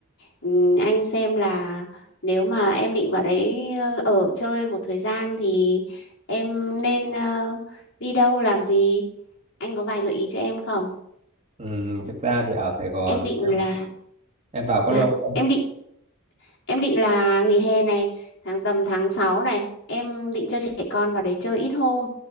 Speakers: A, on the left; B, on the right.
A: ừ, anh xem là nếu mà em định vào đấy ờ, ở chơi một thời gian thì em nên ờ, đi đâu làm gì? Anh có vài gợi ý cho em không?
B: ừ, thực ra thì ở Sài Gòn
A: Em định
B: em
A: là
B: em vào
A: dạ
B: có lâu không
A: em định Em định là nghỉ hè này, tháng tầm tháng 6 này, em định cho trẻ con vào đấy chơi ít hôm,